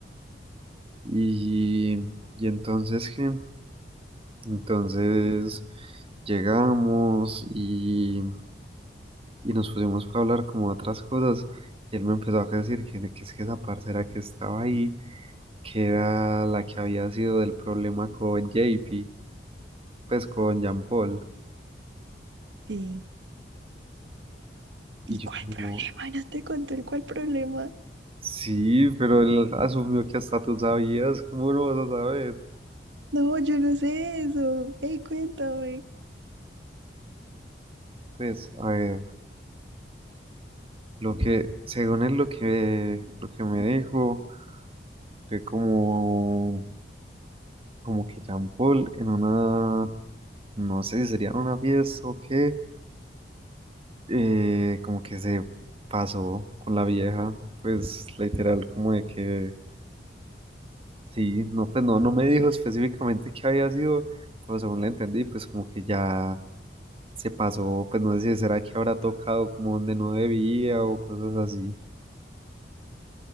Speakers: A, on the right; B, on the right.
A: Y, y entonces, ¿qué? Entonces llegamos y, y nos pusimos a hablar como de otras cosas. Y él me empezó a decir que, que es que esa parcera que estaba ahí, que era la que había sido del problema con J P pues con Jean Paul.
B: Sí.
A: Y
B: ¿Y
A: yo
B: cuál
A: como,
B: problema? No te conté el cuál problema.
A: Sí, pero él asumió que hasta tú sabías, ¿cómo no vas a saber?
B: No, yo no sé eso. Ey, cuéntame.
A: Pues, a ver, lo que, según él, lo que, lo que me dijo, fue como, como que Jean Paul en una, no sé si sería en una fiesta o qué, eh, como que se pasó con la vieja, pues literal, como de que, sí, no, pues no, no me dijo específicamente qué había sido, pero según le entendí, pues como que ya se pasó, pues no sé si será que habrá tocado como donde no debía o cosas así.